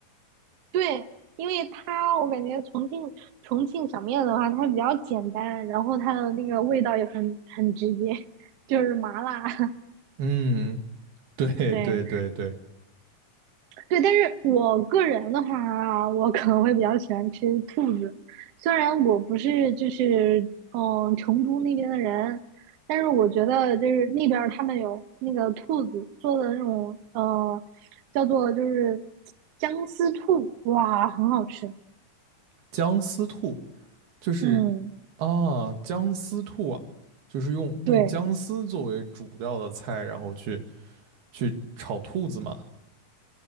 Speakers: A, on the right; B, on the right.
A: 对，因为它我感觉重庆重庆小面的话，它比较简单，然后它的那个味道也很很直接，<laughs> 就是麻辣。<laughs>
B: 嗯，对对对对，
A: 对，对，但是我个人的话啊我可能会比较喜欢吃兔子，虽然我不是就是嗯成都那边的人，但是我觉得就是那边儿他们有那个兔子做的那种呃叫做就是姜丝兔，哇，很好吃。
B: 姜丝兔就是
A: 嗯，
B: 啊，姜丝兔啊，就是用用姜丝作为主料的菜，
A: 对，
B: 然后去去炒兔子嘛。